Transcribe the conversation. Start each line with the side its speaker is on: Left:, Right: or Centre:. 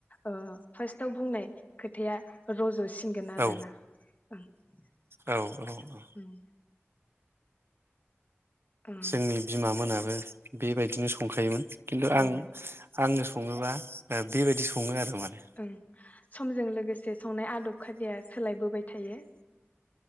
Left: ओ फास्टाव बुंनाय खोथाया रज' सिनगोन आरो
Right: औ
Left: ना ओं
Right: औ औ
Left: ओं
Right: जोंनि बिमा मोनाबो बेबायदिनो संखायोमोन खिन्थु आं
Left: ओं
Right: आङो सङोबा बेबायदि सङो आरो माने
Left: ओं समजों लोगोसे संनाय आदब खानथिया सोलायबोबाय थायो